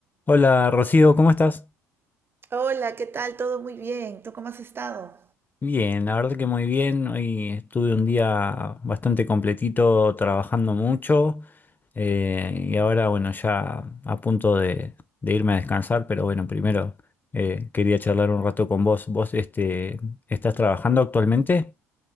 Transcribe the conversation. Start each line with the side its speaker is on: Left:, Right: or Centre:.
Left: Hola Rocío, ¿cómo estás?
Right: Hola, ¿qué tal? Todo muy bien. ¿Tú cómo has estado?
Left: Bien, la verdad que muy bien. Hoy estuve un día bastante completito trabajando mucho eh, y ahora bueno, ya a punto de, de irme a descansar, pero bueno, primero eh, quería charlar un rato con vos. ¿Vos este, estás trabajando actualmente?